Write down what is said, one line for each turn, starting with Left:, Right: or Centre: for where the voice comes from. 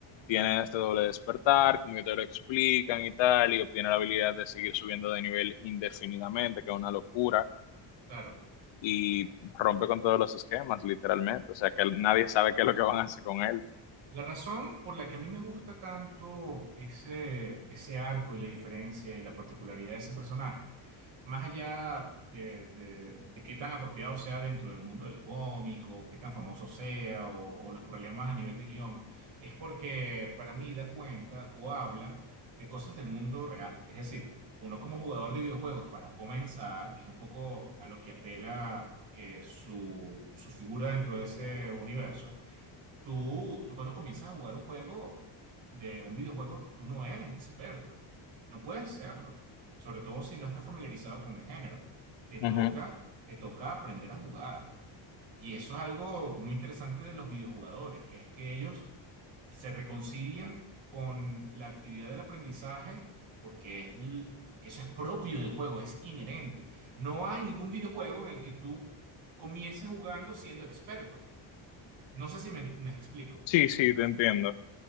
Left: tiene este doble despertar, como yo te lo explican y tal, y obtiene la habilidad de seguir subiendo de nivel indefinidamente, que es una locura
Right: Claro.
Left: y rompe con todos los esquemas, literalmente. O sea, que nadie sabe qué es lo que van a hacer con él.
Right: La razón por la que a mí me gusta tanto ese, ese arco y la diferencia y la particularidad de ese personaje más allá de, de- de qué tan apropiado sea dentro del mundo del cómic o qué tan famoso sea o, o los problemas a nivel de guión, es porque para mí da cuenta o habla de cosas del mundo real. Es decir, uno como jugador de videojuegos, para comenzar, que es un poco a lo que apela eh, su, su figura dentro de ese universo, Tú, tú cuando comienzas a jugar un juego de un videojuego, tú no eres experto. No puedes serlo. Sobre todo si no estás familiarizado con el género. Te toca,
Left: Ujú.
Right: te toca aprender a jugar. Y eso es algo muy interesante de los videojugadores, que es que ellos se reconcilian con la actividad del aprendizaje porque es l- eso es propio del juego, es inherente. No hay ningún videojuego en el que tú comiences jugando siendo experto. No sé si me me explico.
Left: Sí, sí, te entiendo.